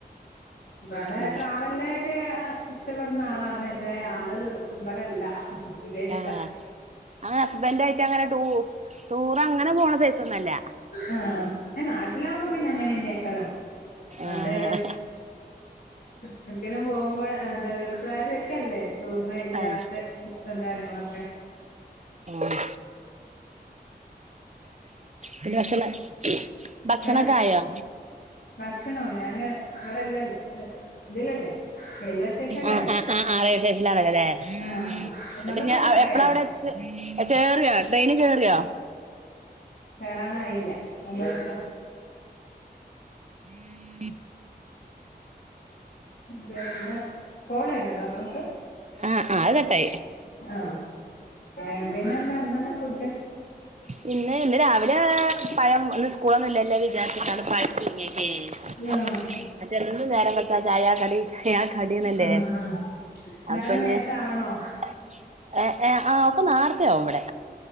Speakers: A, on the left; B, on the right.
A: വെടെ
B: ഉം
A: ട്രാവൽനായിട്ട് എ ഇഷ്ടപ്പെടുന്ന ആളാണ് ക്ഷെ ആള് ഇവിടെല്ല വിദേഷ്ത
B: ആഹ് അങ്ങനെ ഹസ്ബന്റ് ആയിട്ട് അങ്ങനെ ട്ടൂ ടൂർ അങ്ങനെ പോണ സെയ്സ ഒന്നല്ല
A: ആഹ് നാട്ടിലാവുമ്പോ പിന്നെ അങ്ങനെഅങ്ങ് ആക്കലോ
B: ആഹ്
A: അതെ ചെറുക്കനും പോകും ഇപ്പഴ് ഗൾഫ്കാരുടെയൊക്കെയല്ലേ തൂ <unintelligible> ർണ ഇല്ലാത്ത
B: ആഹ്
A: ഇഷ്ടം കാര്യങ്ങളൊക്കെ
B: ആഹ് പിന്നെ ഭക്ഷണ ഭക്ഷണയൊക്കെ
A: ഏ
B: ആയോ
A: ഭക്ഷണോ ഞാന് ഇവിടെല്ലല്ലോ ഇതിലല്ലേ റെയിൽവേ സ്റ്റേഷനിലല്ലേ
B: ആഹ് ആ ഹ് ആ ഹ് ആ റേയിൽവേസ്റ്റേഷനനിൽ വരണേ ആ വിശേഷാണല്ലോ
A: ആഹ് നിങ്ങളുടെ ഫുഡൊക്കെ
B: അല്ലേ
A: ആയോ
B: എപ്പള അവിടെ - കേയറിയൊ ട്രെയ്നിൽ കേയറിയോ
A: എത്താറായില്ല എ <unintelligible> ർക്ക
B: ഉം <unintelligible>
A: പിന്നെ കോളയൊക്കെയുണ്ടോ നിങ്ങക്ക്
B: ആഹ് ആഹ് അത് കട്ടായി
A: ആഹ ഏ പിന്നെ എന്താ എന്താന്നാ ഫുഡ്
B: പിന്നെ ഇന്ന് രാവിലെ പഴം ഒന്ന് സ്കൂളൊന്നും ഇല്ലല്ല വിചാരിച്ചി ട്ടാണ് പഴ പുഴുങ്ങിയൊക്കെ ചെയ്തത്
A: ആഹ്
B: മറ്റേതെന്നും നേരം വെളുത്താൽ ചായ- ഞാൻ കടന്നല്ലേ
A: ആഹ് ആഹ്
B: അപ്പൊ
A: രാവിലെ
B: ഇഞ്
A: നേരത്തെ ആവണോ
B: - ആ അവക്ക് നേരത്തെയാവും ഇവിടെ